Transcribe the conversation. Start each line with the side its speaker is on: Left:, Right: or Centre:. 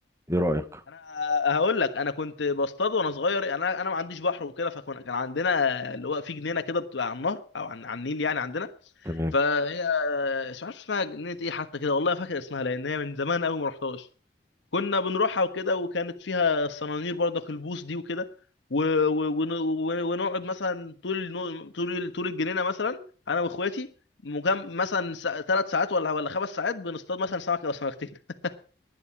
Right: ايه رأيك
Left: انا هقول لك انا كنت بصطاد وانا صغير انا انا ما عنديش بحر وكده فكان كان عندنا اللي هو في جنينه كده بتبقى على النهر او عن- على النيل يعني عندنا
Right: تمام
Left: فهي مش عارف اسمها جنينه ايه حتى كده والله فاكر اسمها لان هي من زمان قوي ما رحتهاش كنا بنروحها وكده وكانت فيها الصنانير برضك البوص دي وكده و... و... ون- ون- ونقعد مثلا طول نو- طول طول الجنينه مثلا انا واخواتي مجم... مثلا ثلاث ساعات ولا ولا خمس ساعات بنصطاد مثلا سمك او سمكتين <laughs>